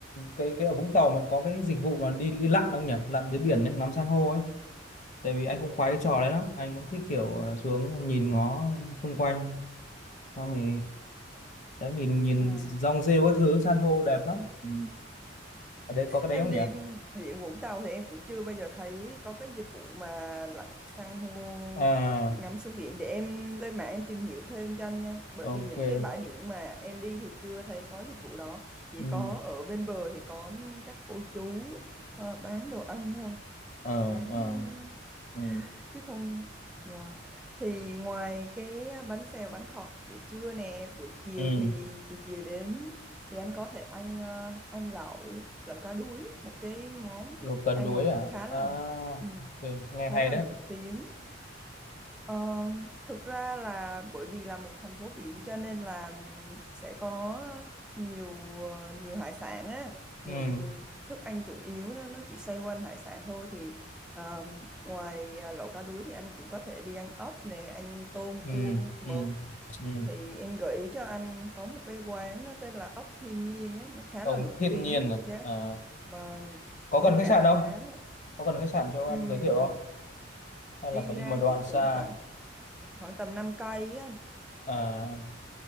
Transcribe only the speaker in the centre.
à
em
đi biển Vũng Tàu thì em cũng chưa bao giờ thấy có cái dịch vụ mà lặn san hô
ngắm xuống biển để em lên mạng em tìm hiểu thêm cho anh nha bởi
vì những cái bãi biển mà em đi thì chưa thấy có dịch vụ đó chỉ
có ở bên bờ thì có các cô chú ờ, bán đồ ăn thôi
bán
ờ,
chứ không vâng thì ngoài cái bánh xèo bánh khọt buổi trưa nè buổi chiều
thì chiều chiều đến thì anh có thể anh ờ, anh lẩu lẩu cá đuối một cái món
anh
mà
cũng khá
là ừ,
khá
là
nổi tiếng Ờ, thực ra là bởi vì là một thành phố biển cho nên là sẽ có nhiều ờ, nhiều hải sản á,
nhiều thức ăn chủ yếu nó nó chỉ xoay quanh hải sản thôi thì ờ, ngoài ờ, lẩu cá đuối thì anh cũng có thể đi ăn ốc nè, ăn tôm
cua mực
thì em gợi ý cho anh có một cái quán nó tên là Ốc Thiên Nhiên ấy, nó khá
là nổi
tiếng,
giá
bằng
giá
cả
khá là
ừm,
đi
ra
chắc
cũng khoảng khoảng tầm 5 cây á anh.